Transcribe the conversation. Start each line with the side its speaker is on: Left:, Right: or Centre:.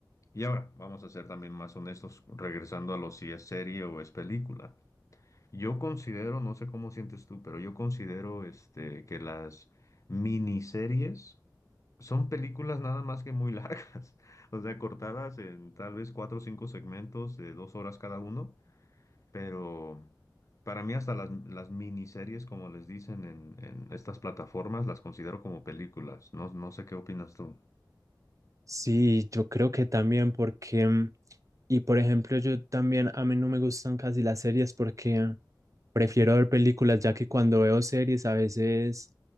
Left: y ahora, vamos a ser también más honestos, regresando a lo si es serie o es película. Yo considero, no sé cómo sientes tú, pero yo considero este, que las miniseries son películas nada más que muy largas, <laughs> o sea, cortadas en tal vez cuatro o cinco segmentos de dos horas cada uno, pero para mí hasta las, las miniseries, como les dicen en, en estas plataformas, las considero como películas. No, no sé qué opinas tú.
Right: Sí, yo creo que también porque, mm, y por ejemplo, yo también, a mí no me gustan casi las series porque prefiero ver películas, ya que cuando veo series a veces